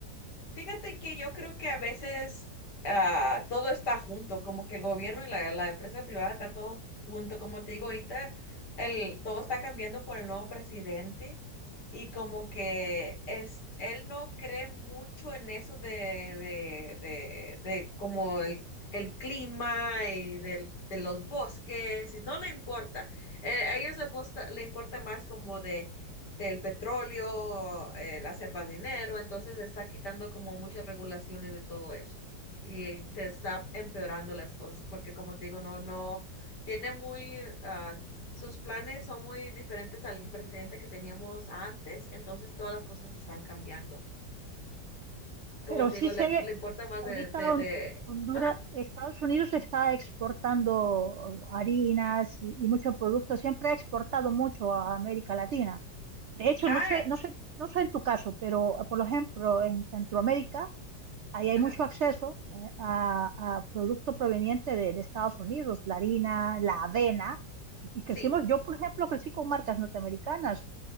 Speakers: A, on the left; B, on the right.
A: Fíjate que yo creo que a veces ah, todo está junto, como que el gobierno y la, la empresa privada está todo junto. Como te digo, ahorita el, todo está cambiando por el nuevo presidente y como que es, él no cree mucho en eso de, de, de, de como el, el clima y del- de los bosques y no le importa. Eh, a ellos le, posta- le importa más como de del petróleo, el hacer más dinero, entonces se está quitando como muchas regulaciones de todo eso y se está empeorando las cosas porque como te digo, no, no, tiene muy, ah, sus planes son muy diferentes al presidente que teníamos antes, entonces todas las cosas están cambiando. Como
B: Pero
A: te
B: sí
A: digo,
B: sé
A: le,
B: que
A: le importa más
B: ahorita
A: de, de,
B: Hon-
A: de,
B: Honduras,
A: ajá,
B: Estados Unidos está exportando harinas y, y muchos productos. Siempre ha exportado mucho a América Latina. De hecho,
A: ah,
B: no sé, no sé, no sé en tu caso, pero por ejemplo, en Centroamérica, ahí hay
A: ajá,
B: mucho acceso eh, a, a productos provenientes de, de Estados Unidos, la harina, la avena. Y crecimos,
A: sí,
B: yo por ejemplo, crecí con marcas norteamericanas,